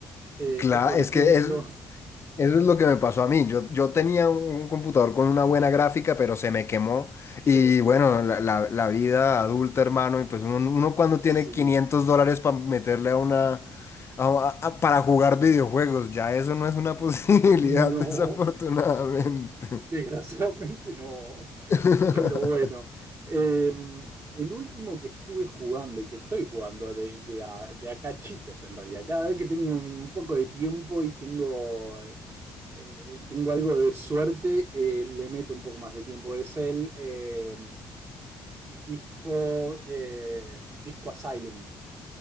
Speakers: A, on the right (about 35°); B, on the left (about 30°).
A: Eh,
B: Claro,
A: por
B: es
A: ejemplo...
B: que es,
A: <laughs>
B: eso es lo que me pasó a mí. Yo, yo tenía un, un computador con una buena gráfica, pero se me quemó.
A: Sí.
B: Y bueno, la, la- la vida adulta, hermano, y pues uno, uno
A: Y
B: cuando tiene
A: sí,
B: 500 dólares para meterle a una... a- a- para jugar videojuegos, ya eso no es una <laughs> posibilidad,
A: no,
B: desafortunadamente.
A: <laughs> desgraciadamente no.
B: <laughs>
A: Pero bueno, eh, el último que estuve jugando y que estoy jugando de, de a, de a cachitos en realidad, cada vez que tengo un poco de tiempo y tengo, eh, eh, tengo algo de suerte, eh, le meto un poco más de tiempo, es el eh, disco, eh, disco Asylum.